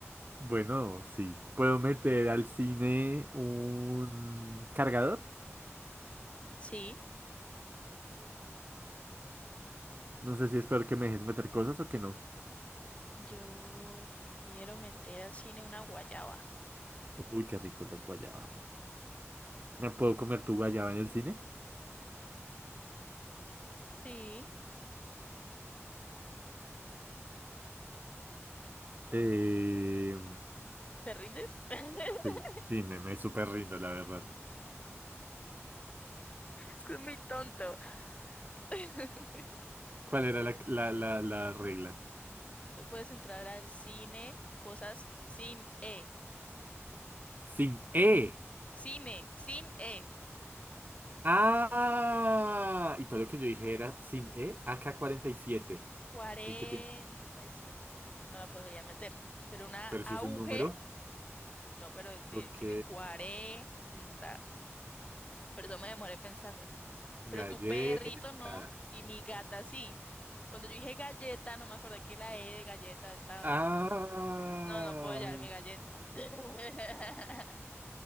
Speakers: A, on the right; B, on the left.
A: bueno, sí. Puedo meter al cine un cargador.
B: Sí.
A: No sé si es peor que me dejes meter cosas o que no.
B: Yo quiero meter al cine una guayaba.
A: Uy, qué rico las guayabas. ¿Me puedo comer tu guayaba en el cine?
B: Sí.
A: Eh,
B: ¿Te rindes? <laughs>
A: sí, sí, me, me súper rindo, la verdad.
B: Es que es muy tonto. <laughs>
A: ¿Cuál era la, la, la, la regla?
B: Tú puedes entrar al cine, cosas sin E.
A: Sin E.
B: Cine, sin E.
A: Ah, y todo lo que yo dije era sin E, A K cuarenta y siete.
B: cuarenta
A: ¿Y qué tiene?
B: y siete No la podría meter. Pero una
A: Pero
B: auge,
A: si es un número.
B: no, pero ti-
A: Ok,
B: tiene 40. Por eso me demoré pensándola.
A: galleta.
B: Pero tu perrito no, y mi gata sí. Cuando yo dije galleta, no me acordé que la E de galleta estaba.
A: Ah,
B: Entonces dije, no, no puedo llevar mi galleta. <laughs>